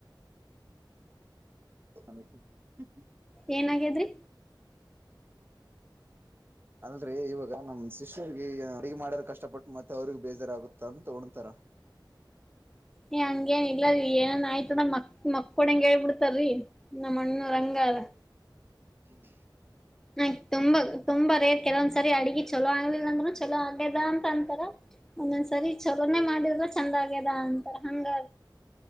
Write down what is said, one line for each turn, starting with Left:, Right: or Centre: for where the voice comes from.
Right: <inaudible>
Centre: ಏನಾಗೆದ್ರಿ
Right: ಅಲ್ರೀ ಇವಾಗ ನಮ್ ಸಿಸ್ಟೆರ್ ಗೆ ಅಡುಗೆ ಮಾಡಾರ ಕಷ್ಟಪಟ್ಟು ಮತ್ತೆ ಅವ್ರಿಗ್ ಬೇಜಾರಾಗುತ್ತ ಅಂತ ಉಣ್ತಾರ.
Centre: ಏ ಹಂಗೇನ್ ಇಲ್ಲ ರಿ ಏನನ್ ಆಯ್ತ ಅಂದ್ರ ಮಕ್ ಮಕ್ಕಕ್ ಹೊಡೆಂಗ ಹೇಳ ಬಿಡ್ತಾರಿ. ನಮ್ಮಣ್ಣು ರಂಗ ಅಲ್ಲ.
Right: ಹ್ಮ್
Centre: ಆ ತುಂಬಗ ತುಂಬಾ ರೇರ್ ಕೆಲ ಒಂದ್ಸರಿ ಅಡ್ಗಿ ಚಲೋ ಆಗ್ಲಿಲ್ಲ ಅಂದ್ರೂ ಚಲೋ ಆಗ್ಯದ ಅಂತ ಅಂತಾರ ಒಂದೊಂದ್ ಸರಿ ಚೊಲೋನೆ ಮಾಡಿದರ ಚಂದ ಆಗ್ಯದ ಅಂತಾರ ಹಂಗ